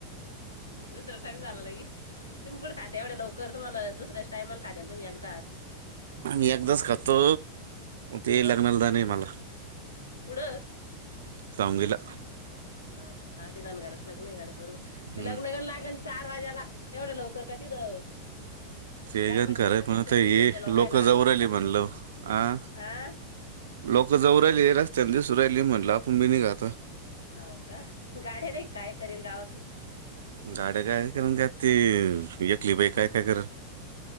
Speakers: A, on the left; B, on the right.
A: दुसरा टाईम झाला लागी? तुम्ही कुठं खाते एवढ्या लवकर. तुम्हाला दुसऱ्याचं टायमाला खातेन तुम्ही एकदाचं.
B: आम्ही एकदाचं खातो ते
A: अ
B: लग्नाला जाणे मला.
A: पुढं?
B: सांगलीला.
A: हो का? हा ते दनगारास लग्न गाडे बरोबर,
B: हम्म.
A: ते लग्न लागन चार वाज्याला, तेवढं लवकर काय तिथं?
B: ते
A: लग्नाची
B: पण खरंय
A: बटाटे
B: पण
A: सगळी
B: आता ही
A: नेली त्या लोकांना
B: लोक
A: आठ
B: जाऊ
A: वाजता
B: राहिली म्हणलं. आ?
A: आ
B: लोकं जाऊ राहिली रस्त्याने दिसू राहिली म्हटलं आपण बी निघा आता.
A: हो का गाड्या नाही काय करेल गावातून?
B: गाड्या काय करण त्यात ती यकली बाई काय काय करणं?